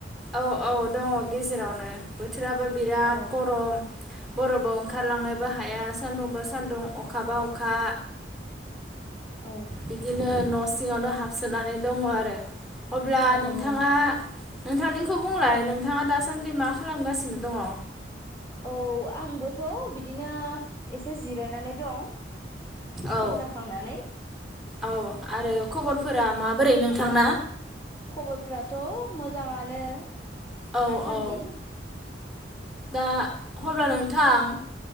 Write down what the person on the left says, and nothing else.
औ
औ
औ
औ
औ आंबोथ' बिदिनो एसे जिरायनानै दं ओंखाम
जाखांनानै
खबरफ्राथ' मोजाङानो
दासान्दि